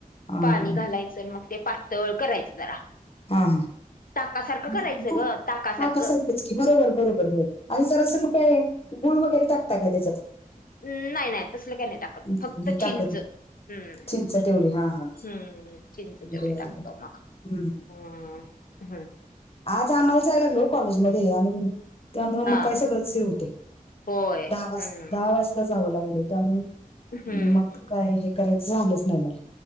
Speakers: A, on the left; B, on the left.
A: अं,
B: पाणी घालायचं मग ते पा तळ करायचं जरा
A: हा, हा
B: ताकासारखं
A: <unintelligible>
B: करायचं ग ताकासारखं
A: संकष्टी बरोबर -बरोबर आणि जरासं मग काय, गुळ वगैरे टाकता काय त्याच्यात?
B: हंम, नाय-नाय तसलं काय नाय टाकत,
A: नाही,
B: फक्त चींच
A: टाकत नाही.
B: हम्म-
A: चिंच तेवढी हा हा
B: हम्म चिंच तेवढी
A: बरं
B: टाकतो, मग
A: हम्म.
B: हंम व्हय
A: आज आम्हाला, जायालं लागलं, हो कॉलेजमध्ये <unintelligible> त्यामुळं,
B: हा
A: म काय सगळंच, हे होतंय,
B: होय
A: दहा वाज
B: हम्म
A: दहा वाज ता जावं लागलं, त्यामुळं,
B: हम्म
A: मग काय हे करायचं, झालंच नाही, मला